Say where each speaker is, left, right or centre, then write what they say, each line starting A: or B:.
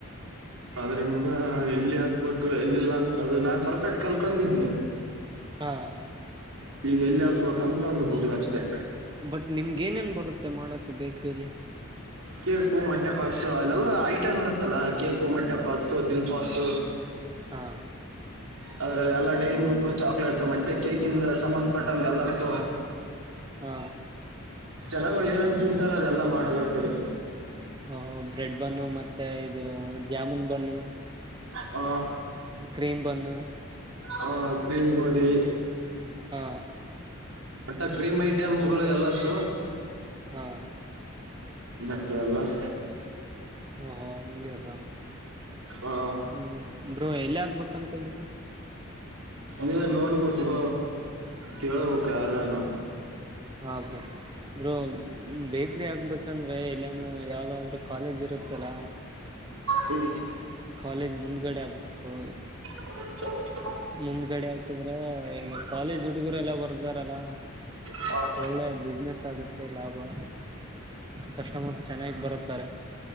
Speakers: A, on the right; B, on the right.
A: ಆದ್ರಿಂದ ಎಲ್ಲಿ ಹಾಕ್ಬೇಕು ಎಲ್ಲಿಲ್ಲ ಅಂತ ನಾ ಪರ್ಫೆಕ್ಟ್ ಕಲ್ಕೊಂಡಿದೀನಿ
B: ಹಾ
A: ಈಗ ಎಲ್ಲಿ ಹಾಕ್ಬೇಕ ಅಂತಕೊಂಡು ಬೋಗಲು ಅಷ್ಟೇ
B: ಬಟ್ ನಿಮ್ಗ ಏನೇನ್ ಬರುತ್ತೆ ಮಾಡಕ್ ಬೇಕ್ರೀಲಿ
A: ಕೇಕು ಮೊಟ್ಟೆ ಪಾಕ್ಸು ಅಲ್ಲೆಲ್ಲಾ ಐಟಮ್ ಇರುತ್ತಲ್ಲಾ ಕೇಕು ಮೊಟ್ಟೆಪಾಕ್ಸು ದಿಲ್ಪಸ್
B: ಹಾ
A: ಅದ್ರ ಎಲ್ಲ ಡೈರಿ ಮಿಲ್ಕ್ ಚಾಕ್ಲೇಟ್ ಮತ್ತೆ ಕೇೇಕ ಇಂದ ಸಂಬಂಧಪಟ್ಟಂತೆ ಎಲ್ಲ ಸು
B: ಹ್ಮ
A: ಜನಗಳು ಏನನ್ ತಿಂತಾರ ಅದೆಲ್ಲಾ ಮಾಡದಾಗತಿರ
B: ಓಹೋ ಬ್ರೆಡ್ ಬನ್ನು ಮತ್ತೆ ಇದು ಜಾಮೂನ್ ಬನ್ನು
A: ಹ
B: ಕ್ರೀಮ ಬನ್ನುು
A: ಹ ಕ್ರೀಮ ಗೋಳಿ
B: ಹಾ
A: ಮತ್ತೆ ಕಫ್ರೀಮ್ ಐಟಮ್ ಗಳು ಎಲ್ಲ ಸು
B: ಹ್ಮ್
A: ಮ ಎಲ್ಲ ಸ
B: ಓಹೋ ಹಂಗ ಅಪರ
A: ಆ,
B: ಹ್ಮ್ ಬ್ರೋ ಎಲ್ಲಿ ಆಗ್ಬೇಕನ್ಕಲಿಲ್ಲ
A: ಅದ ನೋಡ್ಬೇಕ ಕೇಳ್ಬೇಕ ಯಾರ ನಾನ
B: ಹಾ ಬ್ರೂ ಬ್ರೂ ಬೇಕ್ರಿ ಹಾಕ್ಬೇಕಂದ್ರೆ ಇಲ್ಲಿನು ಯಾವ್ದಾದ್ರರು ಕಾಲೇಜ್ ಇರುತ್ತಲ್ಲ
A: ಹ್ಮ್ <unintelligible>
B: ಕಾಲೇಜ್ ಮುಂದ್ಗಡೆ ಆಗ್ಬೇಕು
A: ಹ <unintelligible>
B: ಮುಂದ್ಗಡೆ ಆಗ್ತಿದ್ರ ಈಗ ಕಾಲೇಜ್ ಹುಡುಗರೆ ಎಲ್ಲ ಬರ್ದ ಲ್ಲಾ
A: ಹ
B: ಒಳ್ಳೆ ಬಿಸ್ನೆಸ್ ಆಗುತ್ತೆ ಲಾಭ ಕಸ್ಟಮರ್ಸ್ ಚೆನ್ನಾಗಿ ಬರುತ್ತಾರೆ